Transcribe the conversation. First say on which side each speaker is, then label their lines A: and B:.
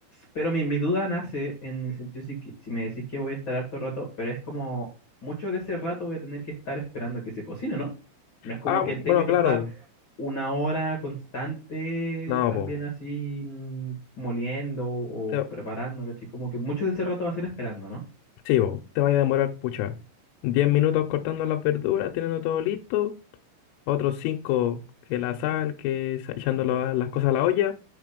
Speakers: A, on the left; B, on the left.
A: Pero mi, mi duda nace en el sentido si, que- si me decís que voy a estar harto rato, pero es como mucho de ese rato voy a tener que estar esperando a que se cocine, ¿no? No es como
B: Ah,
A: que
B: bu-
A: tenga
B: bueno,
A: que
B: claro,
A: estar una hora constante
B: no,
A: también
B: po.
A: así mm, moliendo o
B: Te,
A: preparando, ¿cachai? Como que mucho de ese rato va a ser esperando, ¿no?
B: sí, po, te vaya a demorar, pucha. diez minutos cortando las verduras, teniendo todo listo Otros cinco que la sal, que sa- echando la- las cosas a la olla.